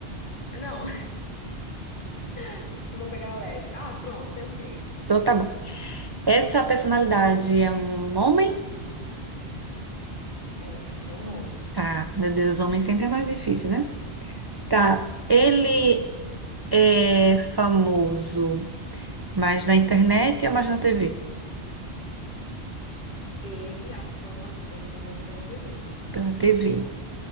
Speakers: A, on the left; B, on the right.
A: Não, <laughs> eu vou pegar leve. Ah, pronto, pensei.
B: Só tá bom. Essa personalidade é um homem?
A: É, é um homem.
B: Tá. Meu Deus, homem sempre é mais difícil, né? Tá, ele é famoso mais na internet ou mais na TV?
A: Ele, a fama, ele é famoso pela TV.
B: Pela TV.